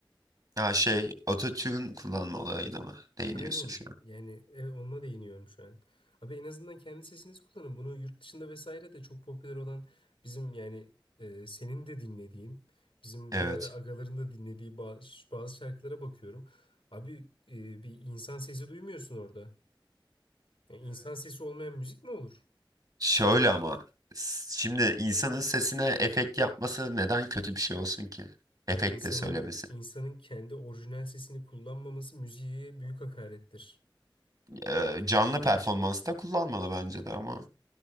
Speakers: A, on the right (about 45°); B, on the left (about 90°).
A: Ya şey ototune kullanma olayına mı değiniyorsun
B: Aynen
A: şu an?
B: yani evet, onunla değiniyorum şu an. Abi en azından kendi sesinizi kullanın. Bunu yurt dışında vesaire de çok popüler olan bizim yani e, senin de dinlediğin, bizim
A: Evet.
B: diğer agaların da dinlediği bazı, bazı şarkılara bakıyorum. Abi e, bir insan sesi duymuyorsun orada. Ya insan sesi olmayan müzik mi olur?
A: Şöyle ama s- şimdi insanın sesine efekt yapması neden kötü bir şey olsun ki? Efektle
B: Abi insanın
A: söylemesi.
B: insanın kendi orijinal sesini kullanmaması müziğe büyük hakarettir.
A: Ee, canlı performansta kullanmalı bence de ama.